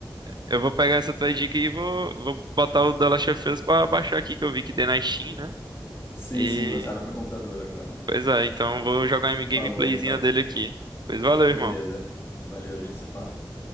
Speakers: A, on the right; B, on the left.
A: Eu vou pegar essa tua dica e vou, vou botar o The Last of Us pra baixar aqui, que eu vi que tem na Steam, né?
B: Sim,
A: E,
B: sim, lançaram pra computador agora.
A: pois é, então eu vou jogar uma gameplayzinha
B: Falou então.
A: dele aqui. Pois valeu, irmão.
B: Beleza. Valeu, a gente se fala.